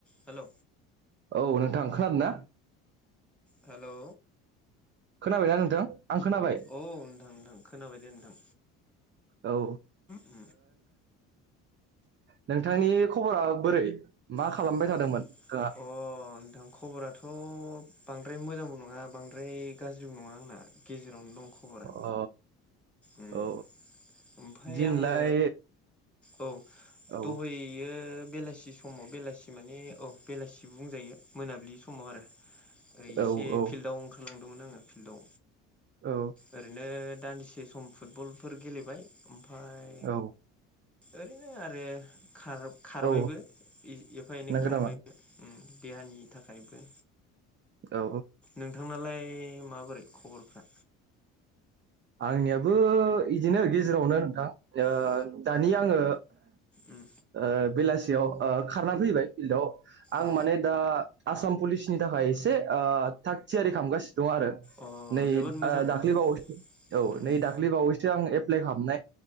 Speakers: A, in the centre; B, on the right.
A: हेलौ
B: औ नोंथां खोनादों ना?
A: हेलौ
B: खोनाबाना नोंथां आं खोनाबाय
A: औ नोंथां नोंथां खोनाबाय दे नोंथां।
B: औ ओ
A: उम
B: नोंथांनि खबरा बोरै मा खालामबाय
A: खबर
B: थादोंमोन नोंथाङा
A: अ' नोंथां खबराथ' बांद्राय मोजांबो न नङा बांद्राय गाज्रिबो नङा आंना गेजेरावनो दं खबरा।
B: अ
A: उम
B: औ
A: ओमफ्राय
B: दिनलाय
A: आङो। औ
B: औ
A: दहैयो। बेलासि समाव बेलासि माने अ बेलासि बुंजायो मोनाबिलि समाव आरो। ओरै इसे
B: औ औ
A: फिल्डआव ओंखारलांदोंमोन आङो फिल्डआव
B: औ
A: ओरैनो। दान्दिसे सम फुटबलफोर गेलेबाय ओमफाय
B: औ
A: ओरैनो ओ आरो खार खारबायबो
B: औ
A: एफा एनै
B: नंगौ
A: खारबायबो
B: नामा
A: ओम देहानि थाखायबो
B: औ
A: नोंथांनालाय माबोरै खबरफ्रा
B: आंनियाबो इदिनो गेजेरावनो नोंथां। ओ
A: अ
B: दानि आङो
A: उम
B: ओ बेलासि देयाव ओ खारना फैबाय फिल्डआव आं
A: अ
B: माने दा आसाम पुलिसनि थाखाय एसे ओ थागथियारि खालामामगासिनो। दं आरो
A: अ
B: नै
A: जोबोद
B: ओ
A: मोजां नोंथां
B: दाख्लिबावैसो औ
A: उम
B: नै
A: उम
B: दाख्लि बावैसो आं एप्लाइ खालामनाय